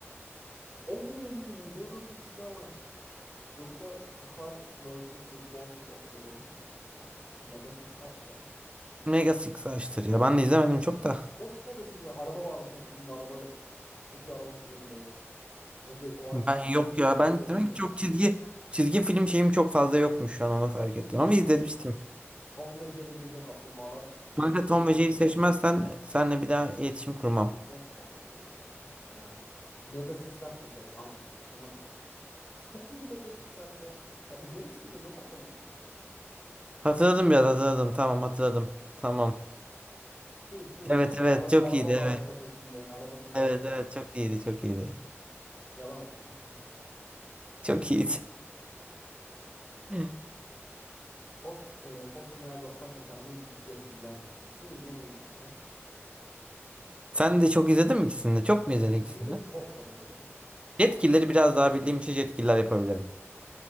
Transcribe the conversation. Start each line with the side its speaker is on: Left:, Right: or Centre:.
Left: Oo Mega Six Large. Yoksa Star vs. The Forces of Evil mu? Abi, Mega Six Large ya.
Right: Mega Six'i açtır ya. Ben de izlemedim çok da.
Left: Nasıl Mega 8 Araba vardı tepesinde. Araba çok iyi araba sürüyordu lavuk. Hem de o araba
Right: Ben
Left: sürerken
Right: yok
Left: robot
Right: ya. Ben
Left: yönetiyordu.
Right: demek ki çok çizgi çizgi film şeyim çok fazla yokmuş şu an onu fark ettim. Ama
Left: Kanka
Right: izlemiştim.
Left: nasıl ya? Tom ve Jerry Ninja Kaplumbağalar T- Tom
Right: Kanka
Left: ve Jerry'dir.
Right: Tom ve Jerry seçmezsen senle bir daha iletişim
Left: Hmm,
Right: kurmam.
Left: net Tom ve Jerry'yi seçtim kanka merak etme. Mega Six Large seçerim kanka. Pokemon ne? ya? Çok iyiydi Mega Six Large ya. Ya izlemişsindir nasıl hatırlamıyorsun?
Right: Hatırladım biraz hatırladım. Tamam hatırladım. Tamam.
Left: Şu şu.
Right: Evet evet
Left: Araba,
Right: çok
Left: araba
Right: iyiydi
Left: vardı
Right: evet.
Left: tepesinde. Araba sürüyordu.
Right: Evet evet çok iyiydi çok iyiydi.
Left: Yalan atıyorsun değil mi şimdi?
Right: Çok iyiydi. <laughs>
Left: Post, e, Foston Hayal Dostlar Mekanı mı? Jetgiller mi? İkisini de izlemediğin için sen.
Right: Sen de çok izledin mi ikisini de? Çok
Left: İkisi,
Right: mu izledin
Left: ikisini
Right: ikisini
Left: de
Right: de?
Left: çok çok izledim.
Right: Jetgilleri biraz daha bildiğim için Jetgiller yapabilirim.